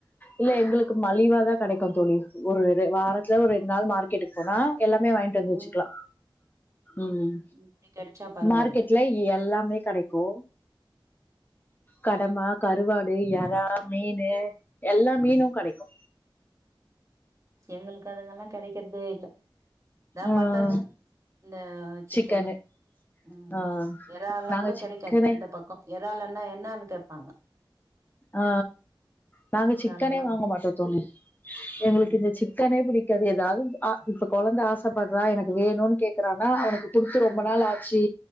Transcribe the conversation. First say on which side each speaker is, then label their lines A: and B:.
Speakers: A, on the left; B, on the right.
A: இல்ல எங்களுக்கு மலிவாதா கடைக்கு தோழி ஒரு ரெ வாரத்துல ஒரு ரெண்டு நாள் மார்க்கெட்டுக்கு போனா எல்லாமே வாங்கிட்டு வந்து
B: ம்
A: வச்சுக்கலா ம்
B: இப்டி கெடச்சா பரவாயில்ல
A: மார்க்கெட் ல எல்லாமே கெடைக்கு கடமா கருவாடு ஏ றா மீனு எல்லா மீனு கடைக்கு
B: எங்ளுக்கு அதுங்கல்லா கெடைக்கிறதே இல்ல இதா
A: ம்
B: மட்டன்னு இந்த சிக்கன்னு
A: சிக்கனு
B: ம்
A: ஆ
B: எறால்லா
A: நாங்க
B: கூட
A: சிக்கனே
B: கெடைக்காது இந்த பக்கோ எறாள்றன்னா என்னான்னு கேப்பாங்க
A: ஆ நாங்க சிக்கனே
B: எறாலல்லா
A: வாங்க மாட்டோ தோழி எங்ளுக்கு
B: ம்
A: இந்த சிக்கனே பிடிக் காது ஏதாவது ஆ இப்ப குழந்த ஆசைப்படுறா எனக்கு வேணுன் கேக்குறானா அவனுக்கு குடுத்து ரொம்ப
B: ம்
A: நாள் ஆச்சி